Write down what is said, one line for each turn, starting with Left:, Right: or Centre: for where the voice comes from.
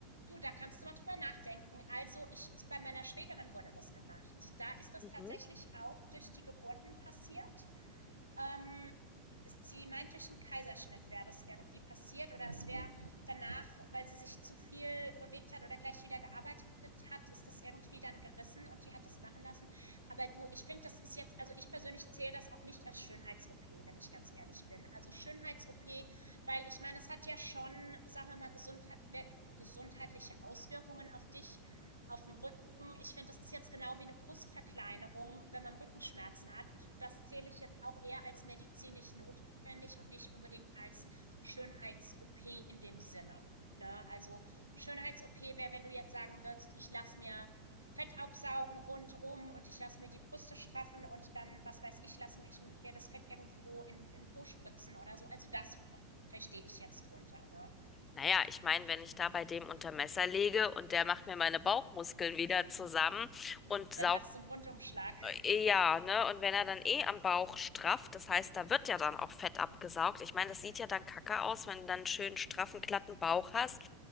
Right: du, da kannst du mal drüber nachdenken. Also, ich bei meiner Schwägerin wurde das gemacht. Da ist das
Left: Mhm.
Right: tatsächlich auch durch die Geburten passiert. Ähm, sie meint, durch einen Kaiserschnitt wäre das irgendwie passiert oder es wäre danach, weil sie sich zu viel bewegt hat oder gleich wieder gearbeitet hat, ist das irgendwie dann gerissen und die hat das machen lassen. Aber du, ich finde, das ist jetzt, also ich persönlich zähle das auch nicht als Schönheits-OP, wenn ich ganz ehrlich bin. Also Schönheits-OP, weil ich meine, es hat ja schon, sagen wir mal, Gesundheit, gesundheitliche Auswirkungen auf dich, auf den Rücken hm, Ich finde, das ist jetzt genau wie eine Brustverkleinerung, wenn man Rückenschmerzen hat. Das zähle ich jetzt auch eher als medizinisch notwendig und nicht unbedingt als Schönheits-OP in dem Sinne. Ne? Also Schönheits-OP wäre, wenn du jetzt sagen würdest, ich lasse mir Fett absaugen rundum und ich lasse mir die Brüste straffen und dann, was weiß ich, lasse ich mir das Fett irgendwo in, in Po spritzen oder so. Also das verstehe ich jetzt drunter. Ne?
Left: Naja, ich meine, wenn ich da bei dem unter Messer lege und der macht mir meine Bauchmuskeln wieder zusammen und saugt,
Right: Dann machst du einen Rundumschlag.
Left: eh, ja, ne? Und wenn er dann eh am Bauch strafft, das heißt, da wird ja dann auch Fett abgesaugt. Ich meine, das sieht ja dann kacke aus, wenn du dann einen schönen, straffen, glatten Bauch hast